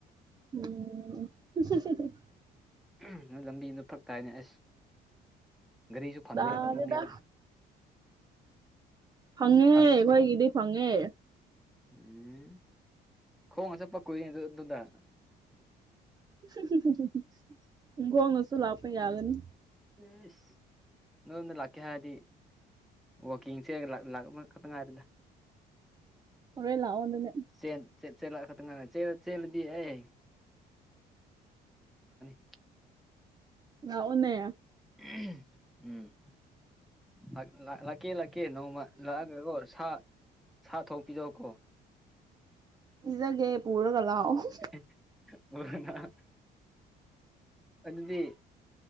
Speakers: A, on the right; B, in the centre.
A: ꯎꯝ <unintelligible>
B: ꯎꯝ ꯅꯣꯏ ꯂꯝꯕꯤꯗꯣ ꯐꯛꯇꯥꯏꯅꯦ ꯑꯁ ꯒꯥꯔꯤꯁꯨ ꯐꯪꯗꯦ
A: ꯌꯥꯔꯦꯗ
B: ꯑꯗꯨꯃꯤꯗ
A: ꯐꯪꯉꯦꯍꯦ
B: ꯐꯪ
A: ꯑꯩꯈꯣꯏꯒꯤꯗꯤ ꯐꯪꯉꯦ
B: ꯎꯝ ꯈꯣꯡꯅ ꯆꯄ ꯀꯨꯏꯌꯦ ꯑꯗꯨ ꯑꯗꯨꯗꯥ
A: <unintelligible> ꯅꯤꯡꯒꯣꯡꯅꯁꯨ ꯂꯛꯄ ꯌꯥꯒꯅꯤ
B: <unintelligible> ꯅꯣꯏ ꯂꯀꯦ ꯍꯥꯏꯗꯤ ꯋꯥꯈꯤꯡꯁꯦ ꯂꯥꯛ ꯂꯥꯛ <unintelligible> ꯈꯠꯇꯥ ꯉꯥꯏꯔꯦꯗ
A: ꯍꯣꯔꯦꯟ ꯂꯥꯛꯑꯣ ꯑꯗꯨꯗꯤ
B: ꯆꯦꯜ ꯆꯦꯜ ꯆꯦꯜꯂ ꯈꯛꯇꯪ ꯉꯥꯢ ꯆꯦꯜ ꯆꯦꯜꯂꯗꯤ ꯑꯩ <unintelligible>
A: ꯂꯥꯛꯑꯣꯅꯦ
B: <unintelligible> ꯎꯝ ꯂꯥꯛ ꯂꯥꯛ ꯂꯥꯛꯀꯦ ꯂꯥꯛꯀꯦ ꯅꯣꯡꯃ ꯂꯥꯛꯑꯒꯀꯣ ꯁꯥ ꯁꯥ ꯊꯣꯡ ꯄꯤꯖꯧꯀꯣ
A: ꯁꯤꯖꯒꯦ ꯄꯨꯔꯒ ꯂꯥꯛꯑꯣ <unintelligible>
B: <unintelligible> ꯑꯗꯨꯗꯤ